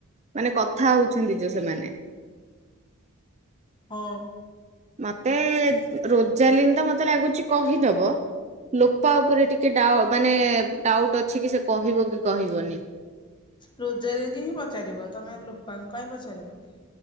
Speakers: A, on the right; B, on the left.
A: ମାନେ କଥା ହଉଛନ୍ତି ଯୋଉ ସେମାନେ। <inaudible>
B: ହଁ।
A: ମତେ ରୋଜାଲିନ୍ ତ ମତେ ଲାଗୁଛି କହିଦବ। ଲୋପା ଉପରେ ଟିକେ ଡାଉ ମାନେ ଡାଉଟ୍ ଅଛି କି ସେ କହିବ କି କହିବନି?
B: ରୋଜାଲିନ୍ କୁ ହିଁ ପଚାରିବ ତମେ ଲୋପାଙ୍କୁ କାଇଁ ପଚାରିବ କି?